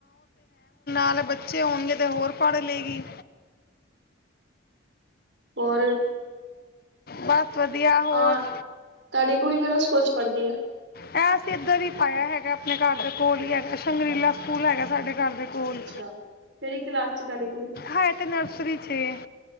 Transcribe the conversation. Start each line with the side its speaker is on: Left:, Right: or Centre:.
Left: ਨਾਲੇ ਬੱਚੇ ਹੋਣਗੇ ਤੇ ਹੋਰ ਪੜ੍ਹ ਲਏਗੀ।
Right: ਹੋਰ?
Left: ਬਸ। ਵਧੀਆ ਹੋਰ
Right: ਹਾਂ ਤੁਹਾਡੀ ਕੁੜੀ ਕਿਹੜਾ ਸਕੂਲ ਚ ਪੜ੍ਹਦੀ ਹੈ
Left: ਐ ਅਸੀਂ ਇਧਰ ਵੀ ਪਾਇਆ ਹੈਗਾ। ਆਪਣੇ ਘਰ ਦੇ ਕੋਲ ਹੀ ਹੈਗਾ ਸੰਗਰੀਲਾ ਸਕੂਲ ਹੈਗਾ ਸਾਡੇ ਘਰ ਦੇ ਕੋਲ
Right: ਅੱਛਾ ਕਿਹੜੀ ਕਲਾਸ ਚ ਤੁਹਾਡੀ ਕੁੜੀ
Left: ਹੈ ਤੇ ਨਰਸਰੀ ਚ